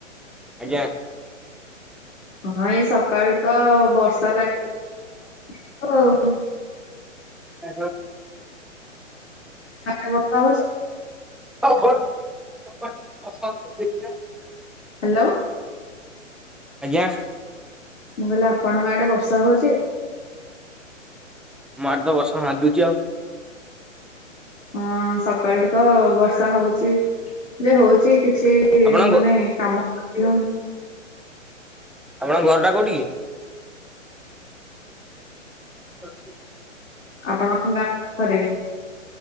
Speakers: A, in the centre; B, on the left.
A: ଆଜ୍ଞା।
B: ହଁ, ଏଇ ସକାଳୁ ତ ବର୍ଷା ଲାଗିରହିଚି ଆଉ।
A: ଓ
B: ଆଡେ ବର୍ଷା ହଉଛି?
A: ହୋ <inaudible> ପସନ୍ଦ ଦେଖିଆ
B: ହାଲୋ।
A: ଆଜ୍ଞା?
B: ମୁଁ କହିଲି ଆପଣଙ୍କ ଆଡେ ବର୍ଷା ହଉଚି?
A: ମାରଦ ବର୍ଷା ନାଦୁଚି ଆଉ।
B: ହଁ, ସକାଳୁ ତ ବର୍ଷା ହଉଚି। ଯେ ହଉଛି କିଛି
A: ଆପଣଙ୍କ
B: ମାନେ କାମ କରି ହଉନି।
A: ଆପଣଙ୍କ ଘର ଟା କୋଉଟି କି? ତାଙ୍କୁ
B: ଆପଣଙ୍କ ଗାଁ ପାଖରେ।